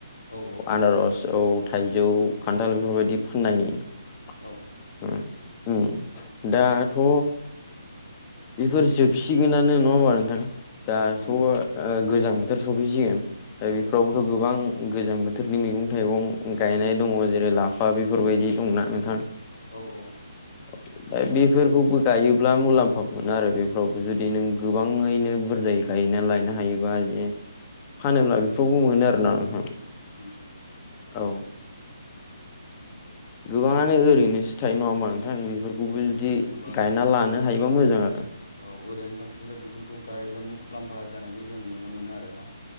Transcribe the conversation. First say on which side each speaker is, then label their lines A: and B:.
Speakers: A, on the left (about 70°); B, on the left (about 25°).
A: औ नोंथां
B: आनारस औ थाइजौ खान्थाल बेफोरबायदि फाननायनि
A: औ
B: <unintelligible> दाथ' बेफोर जोबसिगोनानो नंङा होमबा नोंथां दा
A: औ औ
B: थ'
A: नोंथां
B: गोजां बोथोर सफैसिगोन। दा बेफोरावबोथ'
A: औ
B: गोबां गोजां बोथोरनि मैगं-थाइगं गायनाय दंङ जेरै- लाफा बेफोरबायदि दंना नोंथां?
A: औ औ
B: ओमफ्राय बेफोरखौबो गायोब्ला मुलाम्फा मोनो आरो बेफोराव जुदि नों
A: औ
B: गोबांङैनो बुरजायै गायनानै लायनो हायोबा जे फानोब्ला बेफोरावबो मोनो आरोना नोंथां।
A: उम
B: औ गोबांङानो ओरैनोसो थायो नंङा होमबा नोंथां? बेफोरखौबो
A: औ औ
B: जुदि
A: जेनेबा
B: गायना लानो हायोबा मोजां आरो।
A: औ ओरैनो थास्लायलाय बेफोरखौ गायोब्ला मुलाम्फा जानायखौ जों नुनो मोनो आरो ना।